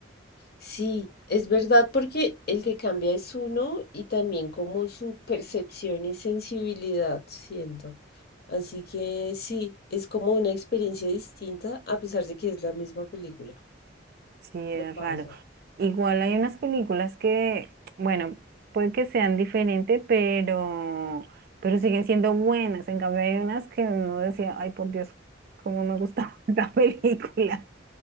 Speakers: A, on the left; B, on the right.
A: Sí, es verdad porque el que cambia es uno y también como su percepción y sensibilidad, siento. Así que sí, es como una experiencia distinta a pesar de que es la misma película.
B: Sí, es
A: Me pasa.
B: raro. Igual hay unas películas que, bueno, puede que sean diferentes, pero, pero siguen siendo buenas. En cambio, hay unas que uno decía, ay, por Dios, cómo me gustaba <laughs> esta película.